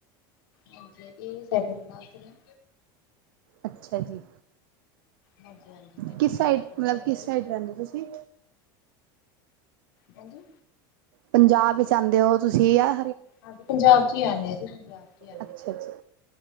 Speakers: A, on the left (about 85°); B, on the right (about 80°).
A: ਹਾਂਜੀ ਸੈਕਿੰਡ ਕਲਾਸ ਨੇ,
B: ਅੱਛਾ ਜੀ,
A: ਹਾਂਜੀ-ਹਾਂਜੀ ਸੈਕਿੰਡ
B: ਕਿਸ
A: ਕਲਾਸ
B: ਸਾਈਡ
A: ਚ ਪੜ੍ਹਦੇ
B: ਮਤਲਬ
A: ਬੱਚੇ
B: ਕਿਸ ਸਾਈਡ ਰਹਿੰਦੇ ਹੋ ਤੁਸੀਂ
A: ਹਾਂਜੀ,
B: ਪੰਜਾਬ ਚ ਆਉਂਦੇ ਹੋ ਤੁਸੀਂ ਆ
A: ਹਾਂਜੀ ਪੰਜਾਬ ਚ ਹੀ ਆਨੇ ਆ ਜੀ।
B: ਅੱਛਾ ਜੀ।